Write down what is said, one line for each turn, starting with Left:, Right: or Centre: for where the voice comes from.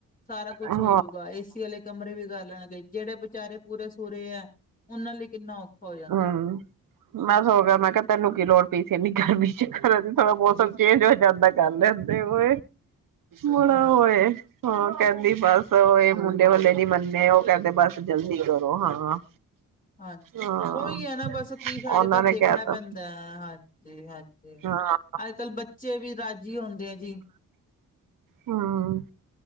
Left: ਸਾਰਾ ਕੁੱਛ
Right: ਹਾਂ
Left: ਹੋਜੂਗਾ ਏਸੀ ਵਾਲੇ ਕਮਰੇ ਵੀ ਕਰ ਲੈਣਗੇ, ਜਿਹੜੇ ਵਿਚਾਰੇ ਪੂਰੇ -ਸੁਰੇ ਹੈ ਉਹਨਾਂ ਲਈ ਕਿੰਨਾ ਔਖਾ। ਹੋ ਜਾਂਦਾ
Right: ਹਮ ਮੈਂ ਸਗੋਂ ਕਿਹਾ, ਮੈਂ ਕਿਹਾ ਤੈਨੂੰ ਕੀ ਲੋੜ ਪਈ ਸੀ ਇਨੀਂ ਗਰਮੀ ਚੱਕਰ ਹੈ ਜੀ, ਥੋੜਾ ਮੌਸਮ ਚੇਂਜ ਹੋ ਜਾਂਦਾ ਕਰ ਲੈਂਦੇ ਹੋ। ਮੁੜਾ
Left: ਹਾਂਜੀ
Right: ਹੋਏ ਉਹ ਕਹਿੰਦੀ ਬਸ ਉਹ ਏ ਮੁੰਡੇ ਵਾਲੇ ਨੀ ਮੰਨੇ ਉਹ ਕਹਿੰਦੇ, ਬਸ ਜਲਦੀ ਕਰੋ ਹਾਂ।
Left: ਹਾਂਜੀ
Right: ਹਾਂ
Left: ਉਹੀ ਹੈ ਨਾ, ਬਸ ਕੀ ਸਾਰੇ
Right: ਉਹਨਾਂ
Left: ਪਾਸੇ
Right: ਨੇ
Left: ਦੇਖਣਾ
Right: ਕਹਿ ਤਾ
Left: ਪੈਂਦਾ ਹੈ, ਹਾਂਜੀ। ਜੀ ਹਾਂਜੀ,
Right: ਹਾਂ
Left: ਅੱਜ -ਕੱਲ ਬੱਚੇ ਵੀ ਰਾਜੀ ਹੁੰਦੇ ਆ ਜੀ।
Right: ਹਮ